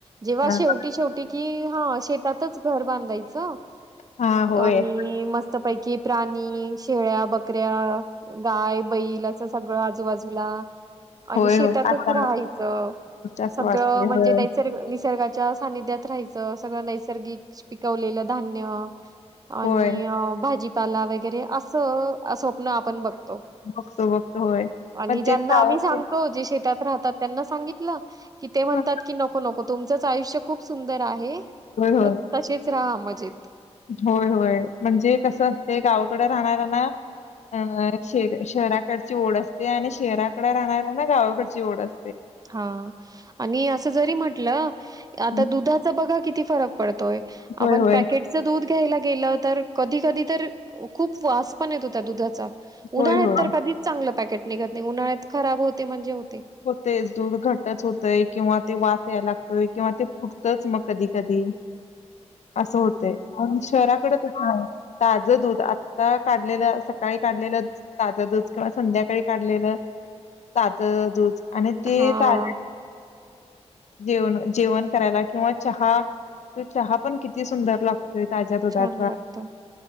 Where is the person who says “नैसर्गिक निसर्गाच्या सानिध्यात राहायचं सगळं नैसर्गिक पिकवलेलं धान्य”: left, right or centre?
Right